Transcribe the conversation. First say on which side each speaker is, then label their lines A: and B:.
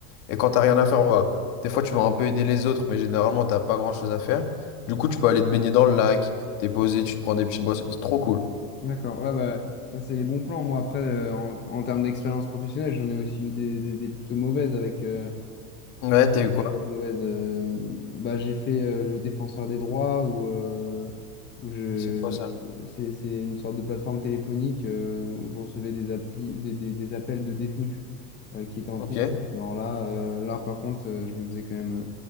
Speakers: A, on the left; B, on the left.
A: Et quand t'as rien à faire, on va. Des fois, tu vas un peu aider les autres, mais généralement, t'as pas grand-chose à faire. Du coup, tu peux aller te baigner dans le lac, t'es posé, tu te prends des petites boissons. C'est trop cool.
B: D'accord. Ouais, bah ça, c'est les bons plans. Moi, après, euh, en, en termes d'expérience professionnelle, j'en ai aussi eu des, des- des plutôt mauvaises avec. euh,
A: Ouais, t'as eu quoi?
B: mauvaise. euh, bah, j'ai fait euh, le défenseur des droits où, euh, où je,
A: C'est quoi ça?
B: c'est, c'est une sorte de plateforme téléphonique euh, où je recevais des, applis, des, des, des appels de détenus euh, qui étaient en
A: Ok.
B: prison.
A: <laughs>
B: Alors là, euh, là par contre, euh, je me faisais quand même euh,